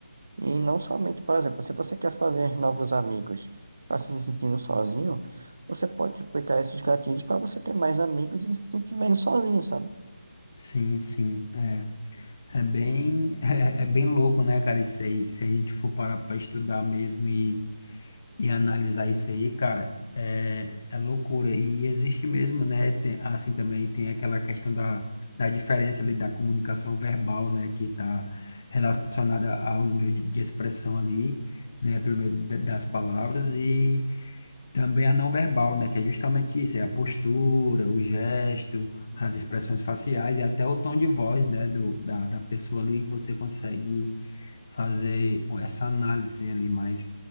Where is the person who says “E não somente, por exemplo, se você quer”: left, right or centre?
Right